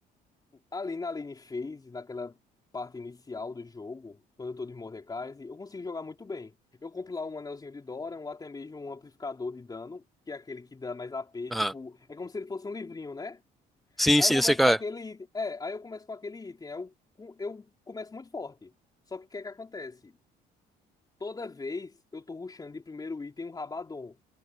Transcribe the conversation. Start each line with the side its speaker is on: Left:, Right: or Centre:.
Left: Ali na lane phase, naquela parte inicial do jogo, quando eu tô de Mordekaiser, eu consigo jogar muito bem. Eu compro lá um anelzinho de Doran, ou até mesmo um amplificador de dano, que é aquele que dá mais AP,
Centre: Aham.
Left: tipo, é como se ele fosse um livrinho, né?
Centre: Sim,
Left: Aí
Centre: sim,
Left: eu começo
Centre: eu sei qual
Left: com aquele
Centre: é.
Left: item, é, aí eu começo com aquele item, aí eu, eu começo muito forte. Só que o que é que acontece? toda vez eu tô rushando de primeiro item o Rabadon.